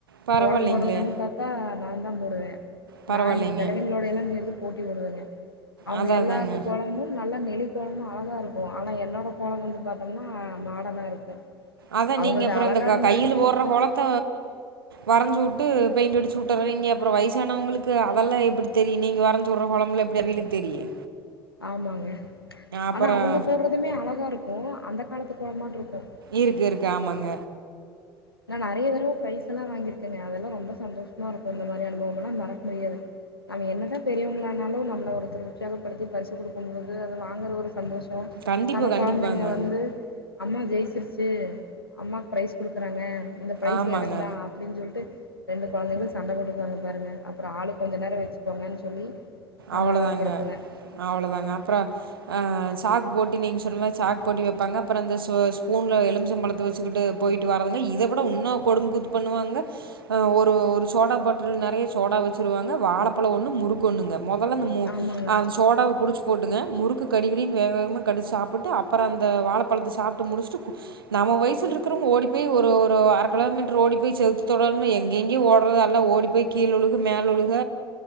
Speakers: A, on the right (about 75°); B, on the left (about 90°).
A: பரவாயில்லைங்களே!
B: கோலம் போடுறதுன்னு பாத்தா நாதா போடுவே
A: பரவாயில்லைங்க.
B: நா இந்த கிழவிங்களோடல சேந்து போட்டி போடுவாங்க அவுங்க
A: அதான்
B: எல்லாத்து
A: அதாங்க.
B: கோலமும் நல்லா நெலி கோலமும் அழகா இருக்கு ஆனா என்னோட கோலம் வந்து பாத்தோம்னா மாடனா இருக்கு
A: அதா
B: அவங்கள்து
A: நீங்க அப்பற
B: அழகா
A: இந்த க
B: இருந்தாலுமே
A: கைல போடுற கோலத்த வரைஞ்சு வுட்டு பெயிண்ட் அடிச்சு வுட்டறவீங்க அப்பற வயசானவங்களுக்கு அதெல்லா எப்டி தெரியு நீங்க வரைஞ்சு வுடுற கோலம்ல்லா எப் அவியலுக்கு தெரியு
B: ஆமாங்க
A: அப்புறம்
B: ஆனா அவங்க போடுறதுமே அழகா இருக்கு அந்த காலத்துக்கோலமாட்ருக்கு
A: இருக்கு இருக்கு ஆமாங்க
B: ஆனா நறைய தரவ பிரைஸ் எல்லா வாங்கிருக்கங்க அதெல்லா ரொம்ப சந்தோஷமா இருக்கு இந்த மாரி அனுபவம் எல்லா மறக் முடியாது நம்ம என்னதா பெரியவங்ளானாலு நம்மள ஒருத்தர் உற்சாகப்படுத்தி பரிசு குடுக்கும்போது அது வாங்குற ஒரு சந்தோஷ் த
A: கண்டிப்பா,
B: நம்ம
A: கண்டிப்பாங்க.
B: கொழந்தைங்க வந்து அம்மா ஜெய்ச்சிருச்சு அம்மாக் ப்ரைஸ் குடுக்குறாங்க அந்த ப்ரைஸ்
A: ஆமாங்க.
B: எனக்கு தா அப்டின்னு சொல்லிட்டு ரெண்டு கொழந்தைங்களு சண்ட போட்டுக்வாங்க பாருங்க அப்பறோ ஆள்க் கொஞ்ச நேர வச்சுக்கோங்கன் சொல்லி சமாதானப்படுத்துவே.
A: அவளோதாங்க அவ்ளதாங்க அப்ற அ சாக் போட்டி நீங் சொன்ன சாக் போட்டி வப்பாங்க அப்பற அந்த ஸ்பூன்ல எலுமிசபழத்த வச்சுக்கிட்டு போயிட்டு வரதுங்க இதப்பட உன்னோ கொடும் கூத் பண்ணுவாங்க அ ஒரு ஒரு சோடா பாட்லு நறய சோடா வச்சுருவாங்க வாழப்பழ ஒன்னு முறுக்கு ஒன்னுங்க மொதல்ல இந்த மூ
B: ஆமாங்க,
A: அ சோடாவ குடிச்சு போட்டுங்க முறுக்கு கடிக்கிடின்னு வேக வேகமாக கடிச்சி சாப்ட்டு அப்புற அந்த வாழப்பழத்த சாப்ட்டு முடிச்சுட்டு நம்ம வய்சில்ருக்றவ்ங்க ஓடி போய் ஒரு ஒரு அர கிலோமீட்ரு ஓடி போய் செுவுத்து தொடனும்ன் எங்கேங்கி ஓடுறது அல்லா ஓடி பேய் கீழ உழுக மேல் உழுக